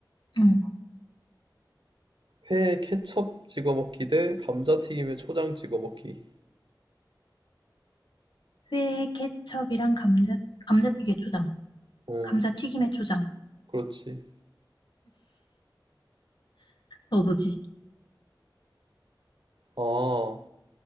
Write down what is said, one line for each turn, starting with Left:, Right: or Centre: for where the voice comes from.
Left: 응.
Right: 회에 케첩 찍어 먹기 대 감자튀김에 초장 찍어 먹기.
Left: 회, 케첩이랑 감자 감자튀김 초장.
Right: 어,
Left: 감자튀김에 초장.
Right: 그렇지.
Left: 너도지?
Right: 아,